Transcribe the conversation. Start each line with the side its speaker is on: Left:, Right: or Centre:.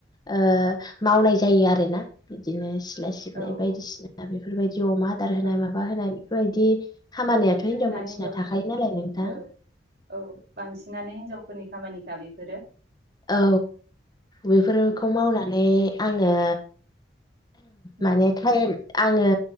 Left: ओ मावनाय जायो आरोना बिदिनो सिला सिबनाय
Right: औ
Left: बायदिसिना
Right: औ
Left: बेफोरबायदि अमा आ आदार होनाय
Right: औ
Left: माबा होनाय बेफोरबायदि खामानियाथ'
Right: औ जोंना
Left: हिनजाव मानसिना
Right: हिनजावफोरनि
Left: थाखायो नालाय नोंथां
Right: ओ औ बांसिनानो हिनजाव फोरनि खामानिखा बेफोरो
Left: औ बेफोरखौ
Right: औ
Left: मावनानै आङो
Right: उम
Left: माने थाइम आङो